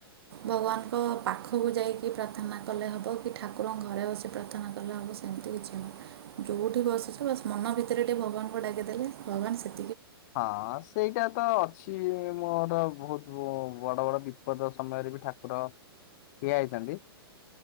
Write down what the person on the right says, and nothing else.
ଭଗବାନଙ୍କ ପାଖକୁ ଯାଇକି ପ୍ରାର୍ଥନା କଲେ ହବ କି ଠାକୁରଙ୍କ ଘରେ ବସି ପ୍ରାର୍ଥନା କଲେ ହବ ସେମିତି କିଛି ନୁହଁ ଯୋଉଠି ବସିଛ ବାସ୍ ମନ ନ ଭିତରେ ଟିକେ ଭଗବାନଙ୍କୁ ଡାକି ଦେଲେ ଭାଗବାନ ସେ